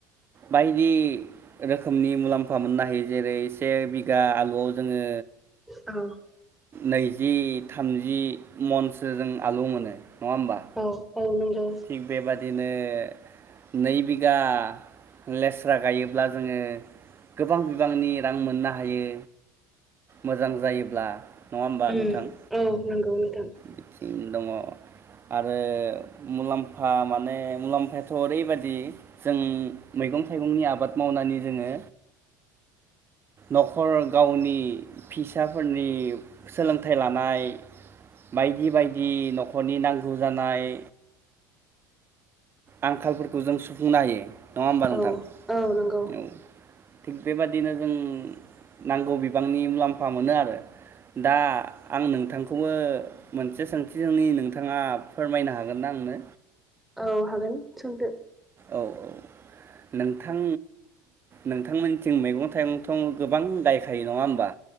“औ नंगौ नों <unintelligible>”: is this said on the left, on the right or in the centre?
Centre